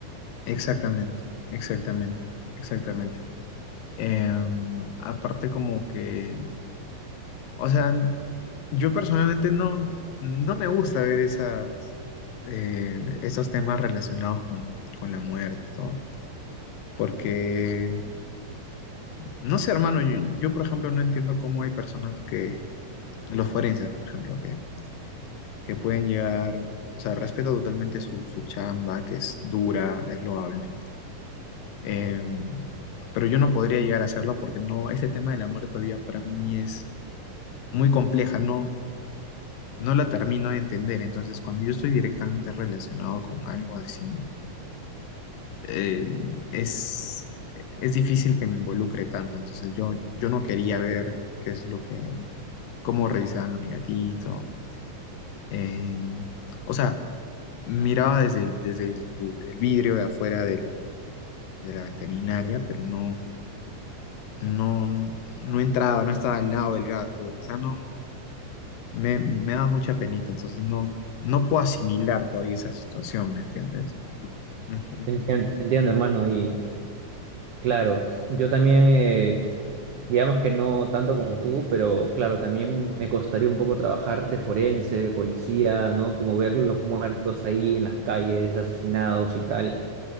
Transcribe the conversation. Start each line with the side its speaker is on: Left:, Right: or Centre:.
Left: Exactamente, exactamente, exactamente. Em, aparte como que O sea, yo personalmente no, no me gusta ver esas, eh, esos temas relacionados con, con la muerte y todo. Porque, no sé, hermano, yo, yo, por ejemplo no entiendo cómo hay personas que, los forenses, por ejemplo, que, que pueden llegar, o sea, respeto totalmente su, su chamba, que es dura, es loable. eh, pero yo no podría llegar a hacerlo porque no, este tema de la muerte todavía para mí es muy compleja, no, no la termino de entender. Entonces, cuando yo estoy directamente relacionado con algo así, eh, es, es difícil que me involucre tanto. Entonces, yo, yo no quería ver qué es lo que, cómo revisaban a mi gatito. eh, o sea, miraba desde, desde, el desde el vidrio de afuera de la, de la veterinaria, pero no, no, no entraba, no estaba al lado del gato. O sea, no, me, me daba mucha penita. Entonces, no, no puedo asimilar todavía esa situación, ¿me entiendes? Ujú.
Right: Te entien- te Entiendo, hermano, y claro, yo también, eh, digamos que no tanto como tú, pero claro, también me costaría un poco trabajar de forense, de policía, ¿no? Como ver los muertos ahí en las calles, asesinados y tal,